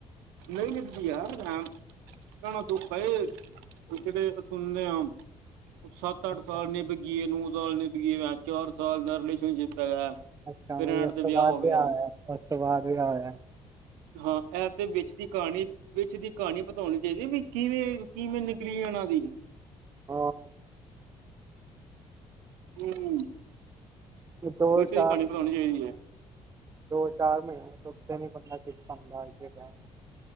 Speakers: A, on the right; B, on the right.
A: ਨਹੀ ਨਿਭਦੀ ਯਾਰ ਕਹਿਣਾ ਸੌਖਾ ਏ ਜਿਹੜੇ ਸੁਣਦੇ ਆ। ਸੱਤ, ਅੱਠ
B: ਅੱਛਾ
A: ਸਾਲ ਨਿਭ ਗਈ, ਨੌ ਸਾਲ ਨਿਭ ਗਈ, ਚਾਰ ਸਾਲ ਦਾ ਰਿਲੇਸ਼ਨਸ਼ਿਪ ਹੈਗਾ।
B: ਅੱਛਾ,
A: ਫਿਰ ਐਂਡ
B: ਉਸ
A: ਤੇ
B: ਤੋ
A: ਵਿਆਹ
B: ਬਾਅਦ
A: ਹੋ ਗਿਆ
B: ਵੀ ਆਇਆ- ਉਸ ਤੋ ਬਾਅਦ ਵੀ ਆਇਆ।
A: ਹਾ ਐ ਤੇ ਵਿੱਚ ਦੀ। ਕਹਾਣੀ ਵਿੱਚ ਦੀ ਕਹਾਣੀ ਬਤਾਉਣੀ ਚਾਹੀਦੀ ਵੀ ਕਿਵੇ ਕਿਵੇ ਨਿਕਲੀ ਆ ਉਹਨਾ ਦੀ।
B: ਹਾ।
A: ਹੂੰ
B: ਦੋ-ਚਾਰ
A: ਵਿੱਚ ਦੀ ਕਹਾਣੀ ਬਤਾਉਣੀ ਚਾਹੀਦੀ ਹੈ
B: ਦੋ-ਚਾਰ ਮਹੀਨੇ ਤੋਂ ਉੱਤੇ ਨੀ ਕੱਠਾ ਕੀਤਾ ਹੁੰਦਾ ਅੱਜ ਦੇ ਟਾਈਮ।